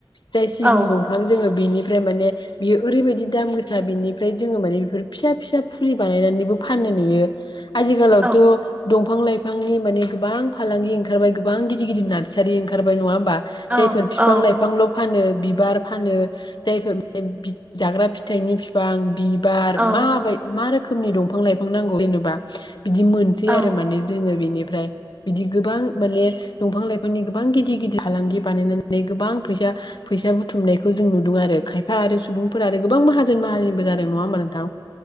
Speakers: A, on the left; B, on the right.
A: जाय सिगुन
B: औ
A: दंफां जोङो बेनि फ्राय माने बियो ओरैबायदि दाम गोसा बिनिफ्राय जोङो माने बेफोर फिसा फिसा फुलि बानायनानैबो फाननाय नुयो आथिलाव थ'
B: औ
A: दं दंफां लाइफांनि माने गोबां फालांगि ओंखारबाय गोबां गिदिर गिदिर नारसारि ओंखारबाय नङा। बा
B: औ
A: जायफोर बिफां
B: औ
A: लाइफांल' फानो बिबार फानो जायफोर बे जाग्रा फिथाइनि बिफां बि बार
B: औ
A: मा बायदि मा रोखोम खोमनि दंफां लाइफां नांगौ जेनबा बिदि मोनसै
B: औ
A: आरो माने जोङो बेनि फ्राय बिदि गोबां माने दंफां लाइफांनि गोबां गिदिर गिदिर फालांगि बानायनानै गोबां फैसा फैसा बुथुमनायखौ जों नुदों आरो खायफा आरो सुबुंफोर आरो गोबां माहाजोन माहाजोनबो जादों नङा होनबा नोंथां